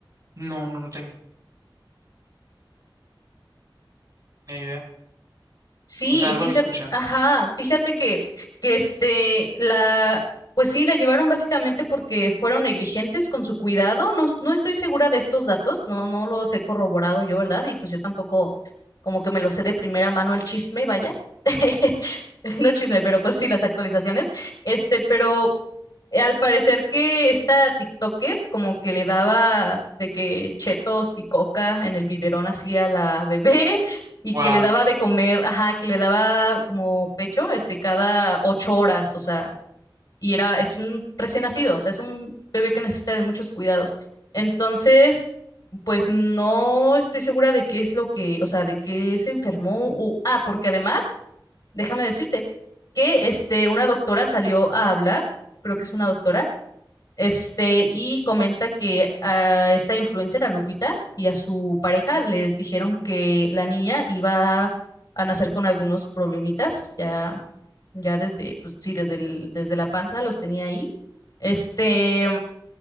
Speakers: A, on the right (about 45°); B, on the left (about 50°).
A: No, no, no tenía idea.
B: Sí,
A: O sea, algo
B: fíjate,
A: había escuchado.
B: ajá, fíjate que, que este, la, pues sí, la llevaron básicamente porque fueron negligentes con su cuidado, no, no estoy segura de estos datos, no, no los he corroborado yo, ¿verdad? Y pues yo tampoco como que me lo sé de primera mano el chisme, vaya. <laughs> No chisme, pero pues sí, las actualizaciones. Este, pero Eh, Al parecer que esta TikToker como que le daba de que chetos y coca en el biberón así a la bebé <laughs> y
A: Wow.
B: que le daba de comer, ajá, que le daba como pecho, este, cada ocho horas, o sea, y era, es un recién nacido, o sea, es un bebé que necesita de muchos cuidados. Entonces, pues no estoy segura de qué es lo que, o sea, de qué se enfermó o, ah, porque además, déjame decirte que este, una doctora salió a hablar, creo que es una doctora este, y comenta que a esta influencer, a Lupita, y a su pareja les dijeron que la niña iba a nacer con algunos problemitas, ya, ya desde, pues sí, desde el- desde la panza los tenía ahí. Este,